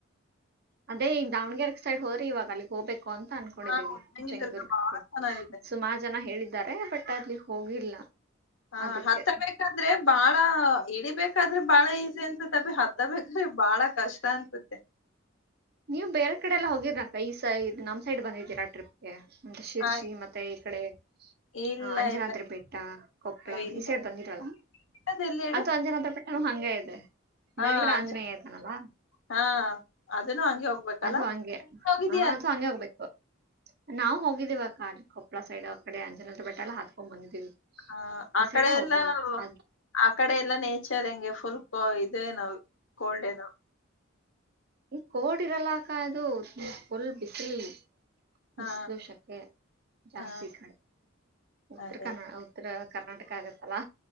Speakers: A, on the right (about 50°); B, on the left (about 65°).
A: ಅದೇ ಈಗ ದಾವಣಗೆರೆಗೆ ಸೈಡ್ ಹೋದ್ರಿವಾಗ ಅಲ್ಲಿಗ್ ಹೋಗಬೇಕು ಕೋ ಅಂತ ಅನ್ಕೊಂಡಿದ್ದೀವಿ
B: ಹಾ ಉದ್ದಂಗಿದರ್ಗ
A: ಚೆಂಗದುರ್ಗಕ್ಕೆ
B: ಬಾಳ ಚೆನ್ನಾಗಿದೆ
A: ಸುಮಾರು ಜನ ಹೇಳಿದ್ದಾರೆ ಬಟ್ ಅಕ್ಕಅಲ್ಲಿ ಹೋಗಿಲ್ಲ
B: ಹ
A: ಅದಕ್ಕೆ
B: ಹತ್ತರ್ಬೇಕಾದ್ರೆ ಬಾಳ ಇಡಿಬೇಕ ಹಾದ್ರೆ ಬಾಳ ಈಸಿ ಅನ್ಸತ್ತ ಅಬೀ ಹತ್ತಬೇಕ್ರಿ ಬಾಳ ಕಷ್ಟ ಅನ್ಸತ್ತ
A: ನೀವ್ ಬೇರೆ ಕಡೆ ಎಲ್ಲ ಹೋಗಿದ್ರಕ್ಕ ಈ ಸೈಡ್ ನಮ್ ಸೈಡ್ ಬಂದಿದ್ದೀರಾ ಟ್ರಿಪ್ಗೆ ಮೆ ಶಿರ್ಸಿ
B: ಹ
A: ಮತ್ತೆ ಈ ಕಡೆ
B: ಇಲ್ಲ
A: ಹ ಅಂಜನಾಥ್ರ
B: ಇಲ್ಲ
A: ಬೆೇಟ್ಟ ಕೊಪ್ಪಳ
B: ಇಲ್ಲ
A: ಈ ಸೈಡ್ ಬಂದಿರವಲ್ಲ
B: ಇಲ್ಲ ಎಲ್ಲಿ ಹೇಳು
A: ಅದು ಅಂಜನಾಥ್ರ ಬೇಟ್ಟೆ ಏನು ಹಂಗ ಇದೆ
B: ಹಾ
A: ಮೇಲ್ಗಡೆ
B: ಅಂಜ
A: ಆಂಜನೇಯ ಆಯ್ತಾನವಾ
B: ಹಾ ಅದೂನು ಹಂಗೆ ಹೋಗ್ಬೇಕಲ್ಲ
A: ಅದು ಹಂಗೆ
B: ಹೋಗಿದ್ಯಾ
A: ಆ
B: ಅಲ್ಲಿ?
A: ಅದು ಹಂಗೆ ಹೋಗ್ಬೇಕು ನಾವವು ಹೋಗಿದ್ದೀವ ಕಾರ್ ಹಳ ಸೈಡ್ ಆ ಕಡೆ ಅಂಜನ ಬೆಟ್ಟೆಲ್ಲ ಹಾತ್ಕೊಂಡ್ ಬಂದಿದೀವಿ
B: ಆ ಆ
A: ಈ ಸೈಡ
B: ಕಡೆ
A: ಹೋಗಿಲ್ಲ
B: ಎಲ್ಲಾ
A: ಅ
B: ಆ ಕಡೆ ಎಲ್ಲಾ ನೇಚರ್ ಹೆಂಗೆ ಫುಲ್ ಇ ನೋ ಕೋಲ್ಡ್ ಏನುೋ
A: ಈ ಕೋಡ್ ಇರಲ್ಲಾಕ್ಕ ಅದು ನಿ ಫುಲ್ ಬಿಸಿಲಿ ಮಿಸಲು
B: ಹಾ
A: ಶಕೆ ಜಾಸ್ತಿ
B: ಹಾ
A: ಕಡೆ ಉತ್ತರ
B: ಅದೇ
A: ಕನ್ನಡ ಉತ್ತರ ಕರ್ನಾಟಕ ಆಗತ್ತಲ್ಲ